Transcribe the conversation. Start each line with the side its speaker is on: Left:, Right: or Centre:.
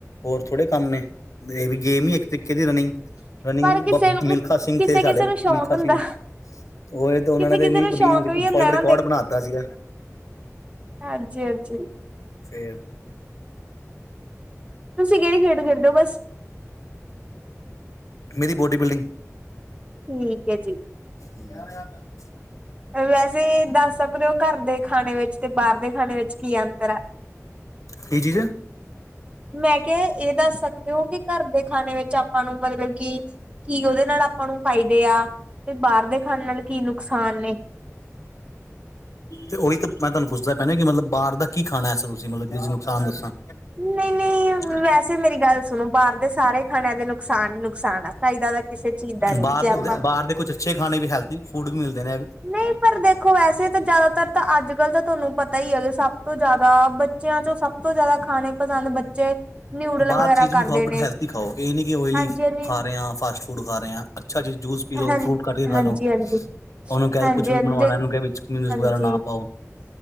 Left: ਹੋਰ ਥੋੜੇ ਕੰਮ ਨੇ, ਇਹ ਵੀ ਗੇਮ ਹੀ ਇੱਕ ਰਨਿੰਗ ਰਨਿੰਗ,
Right: ਪਰ ਕਿਸੇ ਨੂੰ
Left: ਮਿਲਖਾ ਸਿੰਘ
Right: ਕਿਸੇ-ਕਿਸੇ
Left: ਤੇ ਸਾਡੇ ਮਿਲਖਾ
Right: ਨੂੰ ਸ਼ੌਕ ਹੁੰਦਾ
Left: ਸਿੰਘ ਤੇ ਉਹ
Right: ਕਿਸੇ-ਕਿਸੇ
Left: ਨੇ ਇੰਨੀ
Right: ਨੂੰ
Left: ਵ
Right: ਸ਼ੌਕ ਵੀ ਹੁੰਦਾ
Left: ਫੋ ਰਿਕਾਰਡ
Right: ਨਾ
Left: ਬਣਾ ਦਿੱਤਾ ਸੀਗਾ।
Right: ਹਾਂਜੀ ਹਾਂਜੀ।
Left: ਫੇਰ
Right: ਤੁਸੀਂ ਕਿਹੜੀ ਖੇਡ ਖੇਡਦੇ ਹੋ?
Left: ਮੇਰੀ ਬੋਡੀ ਬਿਲਡਿੰਗ
Right: ਠੀਕ ਹੈ ਜੀ।
Left: <inaudible>
Right: ਵੈਸੇ ਦੱਸ ਸਕਦੇ ਹੋ ਘਰ ਦੇ ਖਾਣੇ ਵਿੱਚ ਤੇ ਬਾਹਰ ਦੇ ਖਾਣੇ ਵਿੱਚ ਕੀ ਅੰਤਰ ਹੈ?
Left: ਕੀ ਚੀਜ਼
Right: ਮੈਂ ਕਿਹਾ ਇਹ ਦੱਸ ਸਕਦੇ ਹੋ ਕਿ ਘਰ ਦੇ ਖਾਣੇ ਵਿੱਚ ਆਪਾਂ ਨੂੰ ਮਤਲਬ ਕਿ ਕੀ ਉਹਦੇ ਨਾਲ ਆਪਾਂ ਨੂੰ ਫਾਇਦੇ ਆ, ਤੇ ਬਾਹਰ ਦੇ ਖਾਣ ਨਾਲ ਕੀ ਨੁਕਸਾਨ ਨੇ
Left: ਤੇ ਉਹੀ ਤਾਂ ਮੈਂ ਤੁਹਾਨੂੰ ਪੁੱਛਦਾ ਪੈਣਾ ਕਿ ਮਤਲਬ ਬਾਹਰ ਦਾ ਕੀ ਖਾਣਾ ਐਸਾ ਤੁਸੀਂ ਮਤਲਬ, ਜਿਸ ਨੁਕਸਾਨ ਦੱਸਾਂ
Right: ਨਹੀਂ ਨਹੀਂ-
Left: ???
Right: ਵੈਸੇ ਮੇਰੀ ਗੱਲ ਸੁਣੋ ਬਾਹਰ ਦੇ ਸਾਰੇ ਖਾਣਿਆਂ ਦੇ ਨੁਕਸਾਨ ਨੁਕਸਾਨ ਆ ਫਾਇਦਾ ਤਾਂ ਕਿਸੇ ਚੀਜ਼ ਦਾ ਨਹੀਂ
Left: ਬਾਹਰ
Right: ਜੇ ਆਪਾਂ
Left: ਬਾਹਰ ਦੇ ਕੁਛ ਅੱਛੇ ਖਾਣੇ ਵੀ ਹੈਲਥੀ ਫੂਡ ਵੀ ਮਿਲਦੇ ਨੇ
Right: ਨਹੀਂ ਪਰ ਦੇਖੋ ਵੈਸੇ ਤਾਂ ਜ਼ਿਆਦਾਤਰ ਤਾਂ ਅੱਜ ਕੱਲ ਤਾਂ ਤੁਹਾਨੂੰ ਪਤਾ ਹੀ ਹੈਗਾ ਸਭ ਤੋਂ ਜ਼ਿਆਦਾ ਬ ਬੱਚਿਆਂ ਚੋਂ ਸਭ ਤੋਂ ਜਿਆਦਾ ਖਾਣੇ ਪਸੰਦ ਬੱਚੇ ਨਿਊਡਲ
Left: ਬਾਹਰ
Right: ਵਗੈਰਾ
Left: ਚੀਜ਼ ਵੀ
Right: ਕਰਦੇ
Left: ਖਾਓ ਬਟ
Right: ਨੇ
Left: ਹੈਲਥੀ ਖਾਓ, ਇਹ ਨੀ ਕਿ ਓਇਲੀ
Right: ਹਾਂਜੀ ਹਾਂਜੀ
Left: ਖਾ ਰਹੇ ਹ ਫਾਸਟ ਫੂਡ ਖਾ ਰਹੇ ਹਾਂ ਅੱਛਾ ਚੀਜ਼ ਜੂਸ ਪੀ ਲੋ
Right: ਹਾਂ
Left: ਫਰੂਟ ਕੱਟ ਕੇ ਖਾ
Right: ਹਾਂਜੀ
Left: ਲੋ
Right: ਹਾਂਜੀ
Left: ਉਹਨੂੰ ਕਹਿ
Right: ਹਾਂਜੀ
Left: ਕੁਛ ਵੀ
Right: ਹਾਂਜੀ
Left: ਬਨਵਾਉਣਾ, ਇਹਨੂੰ ਕਿਹਾ ਮਯੋਨੀਸ
Right: ਹਾਂਜੀ
Left: ਵਗੈਰਾ ਨਾ ਪਾਓ